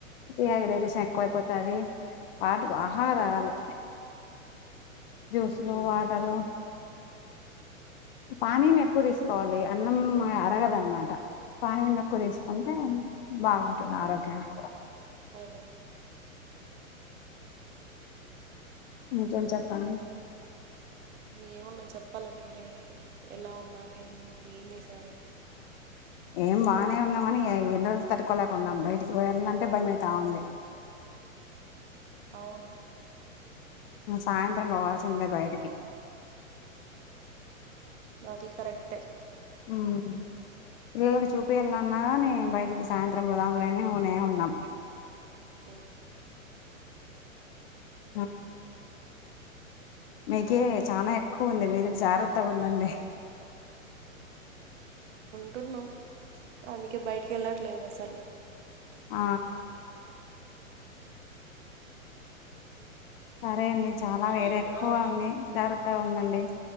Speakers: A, on the left; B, on the right.
A: ఇగరే దేశం ఎక్కువైపోతది ఆట బాగా ఆహా రావాలి జ్యూసులు
B: ఉమ్
A: వాటరు పానీయం ఎక్కువ తీసుకోవాలి అన్నం అరగదన్నమాట పానీయం ఎక్కువ తీసుకుంటే బాగుంటుంది ఆరోగ్యానికి కూడా
B: అవే
A: ఇంకేం చెప్పండి
B: ఏమున్నా చెప్పాలా మీరే ఎలా ఉన్నారు ఏ ఏం చేశారు
A: మేము బానే ఉన్నాం కాని ఎండలు తట్టుకోలేక ఉన్నాం బయటికి వెళ్దామంటే భయమవుతా ఉంది
B: అవును
A: ఇంగ సాయంత్రం పోవాల్సిందే బయకి
B: అది కరెక్ట్ ఏ
A: ఉమ్ వేడి చూపియలనవ్ అని బయటికి సాయంత్రం పోదాములే అని ఊనే ఉన్నాం
B: ఓ
A: ఆ మీకే చానా ఎక్కువ ఉంది మీరు జాగ్రత్తగా ఉండండి
B: ఉంటున్నాం అందుకే బయటికి వెళ్ళట్లేదు అసలు
A: ఆ సరే అండి చాలా వేడీ ఎక్కువ
B: ఆ,
A: ఉంది జాగ్రత్తగా ఉండండి